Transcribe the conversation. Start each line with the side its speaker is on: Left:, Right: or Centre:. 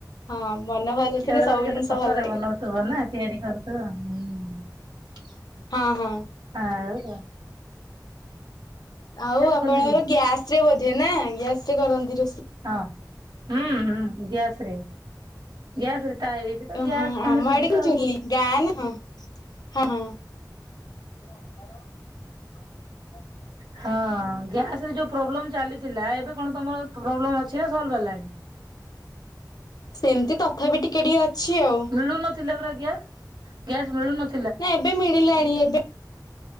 Left: ହଁ ମନ ଭଲ ଥିଲେ
Right: କେବେବେ
Left: ସବୁ
Right: କେତେ
Left: ଜିନିଷ
Right: କଷ୍ଟରେ
Left: ଭଲ ଲାଗିବ
Right: ବନଉଥିବ ନା। ତିଆରି କରୁଥିବ ହୁଁ
Left: ହଁ ହଁ
Right: ହ <unintelligible>
Left: ଆଉ ଆପଣଙ୍କର
Right: ଖୋଲିନି
Left: ଗ୍ୟାସ ରେ ବୋଧେ ନା ଗ୍ୟାସ ରେ କରନ୍ତି ରୋଷେଇ।
Right: ହଁ ହୁଁ ହୁଁ ଗ୍ୟାସ ରେ ଗ୍ୟାସ ରେ ତା ଏଠି ତ ଗ୍ୟାସ
Left: ହଁ
Right: ମାନେ
Left: ଆମ
Right: ସୁବିଧା
Left: ଆଡେ କି ଚୁଲି
Right: ଆଉ।
Left: ଗାଁ ନା ହଁ ହଁ ହଁ। ହ ମର <inaudible> ସଠ ଚା
Right: ହଁ ଗ୍ୟାସ ରେ ଯୋଉ ପ୍ରୋବ୍ଲେମ ଚାଲିଥିଲା ଏବେ କଣ ତମର ପ୍ରୋବ୍ଲେମ ଅଛି ନା ସଲ୍ଭ ହେଲାଣି।
Left: ସେମିତି ତଥାପି ଟିକେ ଟିକେ ଅଛି। ଆଉ
Right: ମିଳୁନ ଥିଲା ପରା ଗ୍ୟାସ ମିଳୁନଥିଲା
Left: ନା ଏବେ ମିଳିଲାଣି। ଏବେ